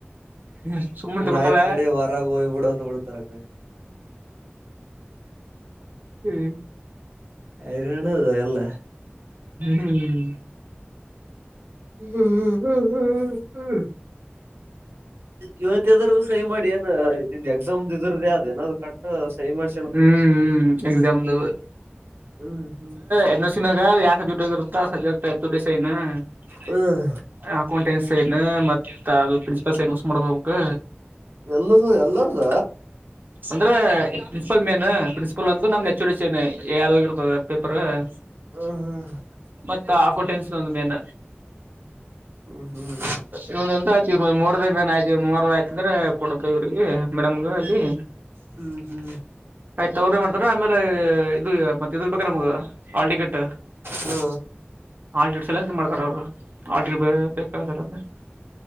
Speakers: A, on the right; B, on the right.
A: <unintelligible> ಸುಮ್ನೆ ತಗೋತಾಳ
B: ಆಯ್ತ್ ನಡಿ ಹೊರಗ ಹೋಗ್ಬಿಡು ಅಂದ್ ಬಿಡ್ತಾರ
A: ಹ್ಮ್
B: ಅರುಣಾದು ಎಲ್ಲ
A: ಹ್ಮ್ ಹ್ಮ್
B: ಹ್ಮ್ ಹ್ಮ್ ಇವತ್ತು ಮತ್ತದ್ರದು ಸಹ ಮಾಡಿ ಏ ಎಕ್ಸಾಮ್್ದ ಇದ್ರದ್ದ ಯ್ದ್ ನ್ ಕ ಸಹಿ ಮಾಡಿಸಿ
A: ಹ್ಮ್ ಎಕ್ಸಾಮ್ದ್ ಅದು
B: ಹ್ಮ್ ಹ್ಮ್
A: ಅದು ನಗರ ಯಾಕ ಜೋಡ ಇರುತ್ತ ಸದ್ಯಡ ಸ ನ <unintelligible>
B: ಹ್ಮ್
A: ಅಕೌಂಟೆನ್ಸ್ ಏನು ಮತ್ತ ಅದು ಪ್ರಿನ್ಸಿಪಲ್ ಸಹಿ ಏನ್ ಮಡ್ಸ್ ಕೊಡ್ಬೇಕು
B: ಎಲ್ಲದು ಎಲ್ಲರ್ದ
A: ಅಂದ್ರೆ ಪ್ರಿನ್ಸಿಪಲ್ ಮೇನ್ ಪ್ರಿನ್ಸಿಪಲ್ ಅಂದು ನಮ್ದ ಎಚ್ ಒ ಡಿ ಸೈನ್ ಹಾ ಯ್ದಾಗ ಇರ್ತದ ಪೇಪರ್ <unintelligible>
B: ಹ್ಮ್ ಹ್ಮ್
A: ಮತ್ತ ಅಕೌಂಟೆನ್ಸ್ ಒಂದು ಮೇನ್
B: ಹ್ಮ್ ಹ್ಮ್
A: ಇವ ಆ ಮೂರ್ದ ಮೇ ಆಯತಿ ಮೂರ್ದ ಆಯ್ತಂದ್ರೆ ಕೊಡ ಇವ್ರರಿಗೆ ಮಡಮ್ಗ ಅಲ್ಲಿ
B: ಹ್ಮ್ ಹ್ಮ್
A: ಆಯ್ತು ತವ್ರ ಮಾಡ್ತಾರ ಆಮೇಲೆ ಇದು ಮದ್ಯದಲ್ಲಿ ಇದ ಬೇಕ್ರ ನಮ್ಗ ಆಲ್ ಟಿಕೆಟ್
B: ಹಾ
A: ಆಾಲ್ಟ್ರಿಡ್ ಸೆಲೆಕ್ಟ್ಮಾಡ್ತಾರೆ ಅವರು ಹಾಲ್ಟಿಕೆಟ್ ಬೇಕಾದವರಿಗೆ